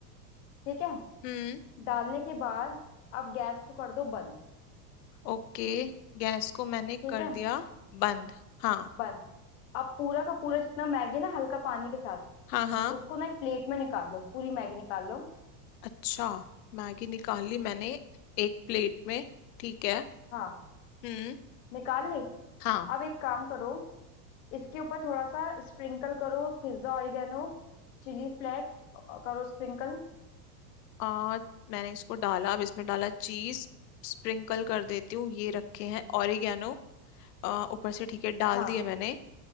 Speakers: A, on the left (about 50°); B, on the left (about 70°).
A: ठीक है
B: हम्म
A: डालने के बाद अब गैस को कर दो बंद
B: ओके गैस को मैंने
A: ठीक
B: कर
A: है
B: दिया बंद हाँ
A: बंद अब पूरा का पूरा जितना मैगी ना हल्का पानी के साथ
B: हाँ हाँ
A: उसको ना एक प्लेट में निकाल लो पूरी मैगी निकाल लो
B: अच्छा मैगी निकाल ली मैंने एक प्लेट में ठीक है
A: हाँ
B: हम्म
A: निकाल ली
B: हाँ
A: अब एक काम करो इसके ऊपर थोड़ा सा स्प्रिंकल करो पिज्जा ऑरिगेनो चिली फ्लेक्स करो स्प्रिंकल
B: आ, मैंने इसको डाला अब इसमें डाला चीज स्प्रिंकल कर देती हूँ ये रखे हैं ऑरिगेनो आ, ऊपर से ठीक है डाल
A: हाँ
B: दिए मैंने